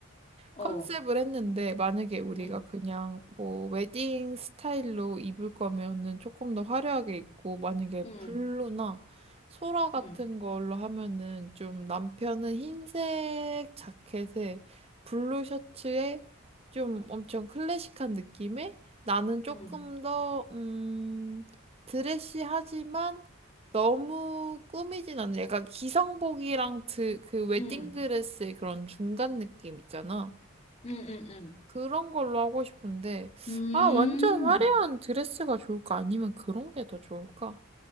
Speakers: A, on the left; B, on the right.
A: 어.
B: 컨셉을 했는데 만약에 우리가
A: 응.
B: 그냥 뭐 웨딩 스타일로 입을 거면은 조금 더 화려하게 입고 만약에
A: 응.
B: 블루나 소라 같은
A: 응.
B: 걸로 하면은 좀 남편은 흰색 자켓에 블루 셔츠에 좀 엄청 클래식한 느낌에 나는 조금
A: 응.
B: 더, 음, 드레시하지만 너무 꾸미진 않는 약간 기성복이랑 드, 그 웨딩드레스의
A: 응. 응.
B: 그런 중간 느낌 있잖아.
A: 응. 응. 응.
B: 그런 걸로 하고 싶은데,
A: 음.
B: 아, 완전 화려한 드레스가 좋을까? 아니면 그런 게 더 좋을까?